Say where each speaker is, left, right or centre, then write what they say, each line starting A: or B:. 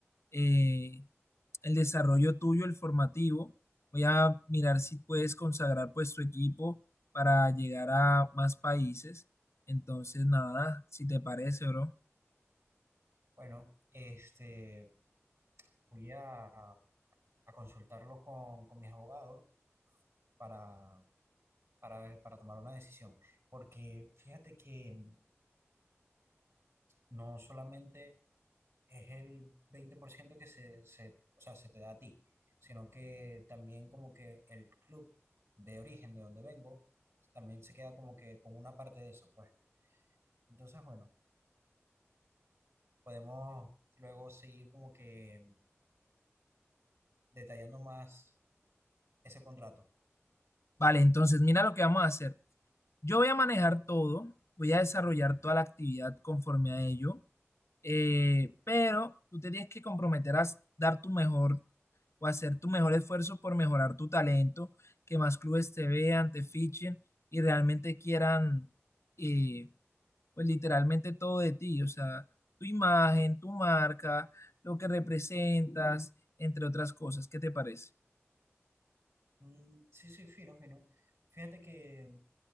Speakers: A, on the left; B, on the right.
A: eh, el desarrollo tuyo, el formativo. Voy a mirar si puedes consagrar pues tu equipo para llegar a más países. Entonces, nada, si te parece, bro.
B: Bueno, este, voy a, a consultarlo con, con mis abogados para, para ver- para tomar una decisión, porque fíjate que no solamente es el 20% que se, se, o sea, se te da a ti, sino que también como que el club de origen de donde vengo, también se queda como que con una parte de eso, pues. Entonces, bueno, podemos luego seguir como que detallando más ese contrato.
A: Vale, entonces mira lo que vamos a hacer. Yo voy a manejar todo, voy a desarrollar toda la actividad conforme a ello, eh, pero tú te tienes que comprometer a s- dar tu mejor o hacer tu mejor esfuerzo por mejorar tu talento, que más clubes te vean, te fichen y realmente quieran, eh, pues literalmente todo de ti, o sea, tu imagen, tu marca, lo que representas, entre otras cosas. ¿Qué te parece?
B: Mm, sí, sí, fino, fino. Fíjate que